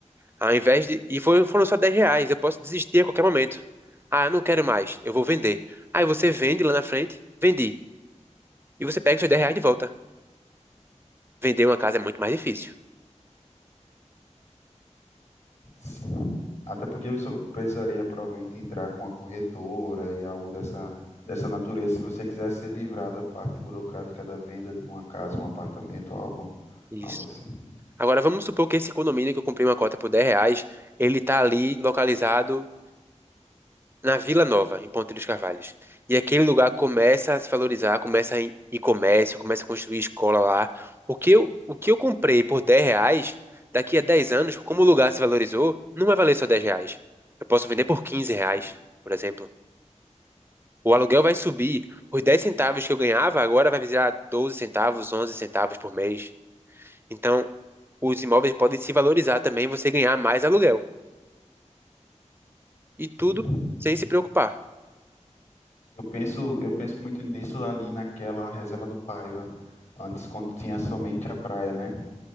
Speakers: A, on the right; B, on the left.
A: Ao invés de. E foi- foram só 10 reais. Eu posso desistir a qualquer momento. Ah, eu não quero mais. Eu vou vender. Aí você vende lá na frente, vendi. E você pega os seus 10 reais de volta. Vender uma casa é muito mais difícil.
B: Sim. Até porque você precisaria provavelmente entrar com a corretora e algo dessa, dessa natureza, se você quiser se livrar da parte burocrática da venda de uma casa, um apartamento, algo,
A: Isso.
B: algo assim.
A: Agora vamos supor que esse condomínio que eu comprei uma cota por 10 reais, ele tá ali localizado na Vila Nova, em Ponte dos Carvalhos. E aquele lugar começa a se valorizar, começa a ir ir comércio, começa a construir escola lá. O que eu, o que eu comprei por 10 reais, daqui a 10 anos, como o lugar se valorizou, não vai valer só 10 reais. Eu posso vender por 15 reais, por exemplo. O aluguel vai subir. Os 10 centavos que eu ganhava agora vai virar 12 centavos, 11 centavos por mês. Então, os imóveis podem se valorizar também, você ganhar mais aluguel. E tudo
B: Sim.
A: sem se preocupar.
B: Eu penso, eu penso muito nisso ali naquela reserva do Paiva, antes quando tinha somente a praia, né?